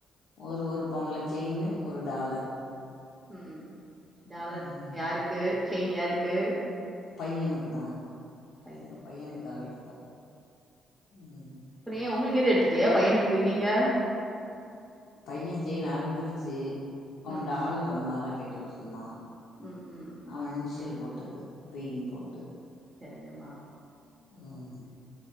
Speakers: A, on the left; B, on the right.
A: ஒரு ஒரு பவுன்ல செயின்னு ஒரு டாலர்
B: ம் டாலர்
A: ம்
B: யாருக்கு செயின் யாருக்கு
A: பையனுக்கு தா
B: பையனுக்கு
A: எங்க பையனுக்காக
B: சரி சரி
A: எடுத்தோ ம்
B: ஃப்ரி உங்ளுக்கு எது எடுத்துக்லையா பையனுக்கு போயிட்டீங்க
A: பையன் செய்ன் அறந்துருச்சு அவன்
B: ம்
A: டாலர் ரொம் நாளா கேட்டுட் இருந்தா
B: ம் ம்
A: அவன் இன்சியல் போட்டது பி னு போட்டு
B: சேரிங்கம்மா
A: ம்